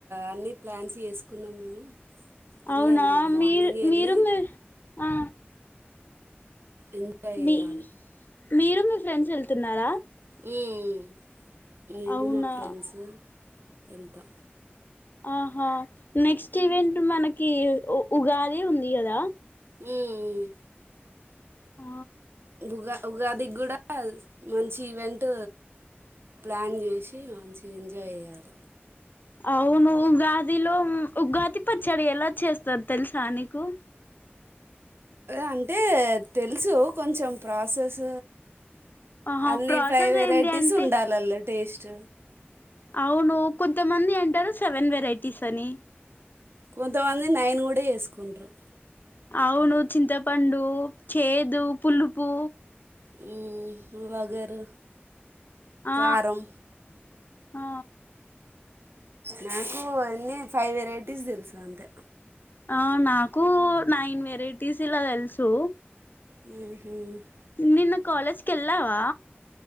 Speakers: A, on the right; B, on the left.
A: అన్నీ ప్లాన్స్ చేసుకున్నాం మేము వెళ్ళాలి
B: అవునా
A: రేపు మార్నింగ్
B: మీరు
A: వెళ్ళి
B: మీరు మీ ఆ
A: ఎంజాయ్
B: మీ
A: చేయాలి
B: మీరు మీ ఫ్రెండ్స్ వెల్ తున్నారా
A: ఉమ్ ఉమ్ మేము
B: అవునా
A: మా ఫ్రెండ్స్ ఎళ్ంతా
B: ఆహా నెక్స్ట్ ఈవెంట్ మనకి కి ఉగాదే ఉంది కదా
A: ఉమ్.
B: ఆ
A: ఉగా ఉగాది గుడా మంచి ఈవెంట్ ప్లాన్ చేసి మంచి ఎంజాయ్ చేయ్యాలి
B: అవును ఉగాదిలో ఉగాది పచ్చడి ఎలా చేస్తారు తెలుసా నీకు
A: అంటే తెలుసు కొంచెం ప్రాసెస్
B: ఆహా
A: అన్నిీ
B: ప్రాసెస్
A: ఫైవ్ వెరైటీస్
B: ఏంటి అంటే
A: ఉండాలల్ల టే స్ట్
B: అవును కొంతమంది అంటారు సెవెన్ వెరైటీస్ అని
A: కొంతమంది నైన్ కూడా చేసుకుంటారు
B: అవును చింతపండు చేదు పులుపు
A: ఉమ్ వగరు
B: ఆ
A: కారం
B: ఆ
A: నాకు అన్నిీ ఫైవ్ వెరైటీస్ తెలుసు అంతే
B: ఆ నాకు నైన్ వెరైటీస్ ఇలా తెలుసు
A: ఉమ్మ్మ్
B: నిన్న కాలేజ్ కెల్లావా